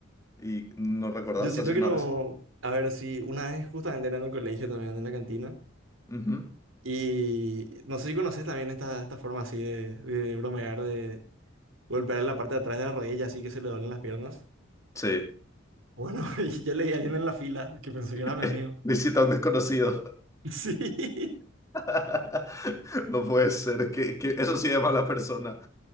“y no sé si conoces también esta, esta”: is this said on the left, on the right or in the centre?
Right